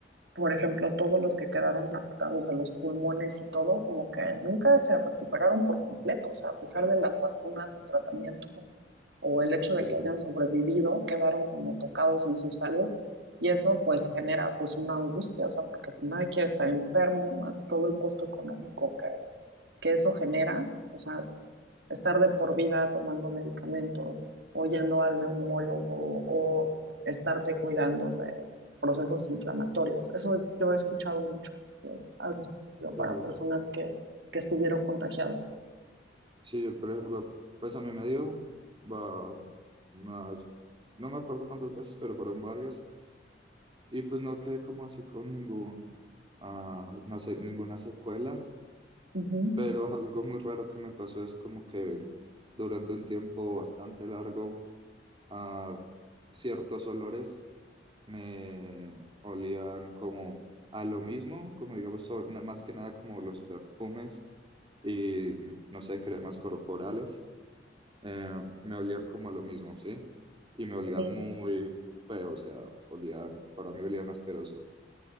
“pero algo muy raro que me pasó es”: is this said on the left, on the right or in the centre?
Right